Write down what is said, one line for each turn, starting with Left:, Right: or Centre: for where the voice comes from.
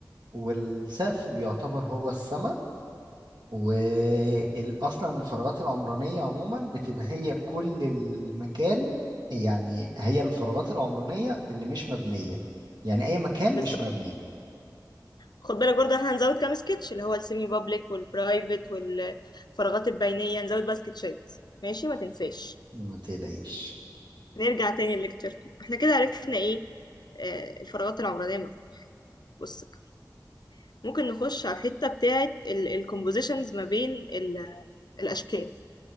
Right: والسقف بيعتبر هو السما واصلا الفراغات العمرانيه عموما بتبقى هي كل المكان يعني هي الفراغات العمرانيه اللي مش مبنيه يعني اي مكان
Left: بالظبط
Right: مش مبني
Left: خد بالك برضه احنا هنزود كام سكتش اللي هو السيمي بابليك والبرايفت والفراغات البينية هنزود بقى سكتشات ماشي ما تنساش
Right: ما تقلقيش
Left: نرجع تاني لليكتشر 2 احنا كده عرفنا ايه آه، الفراغات العمرانية المفتوحة بص بقى، ممكن نخش على الحتة بتاعة الكومبوزيشنز ما بين ال- الأشكال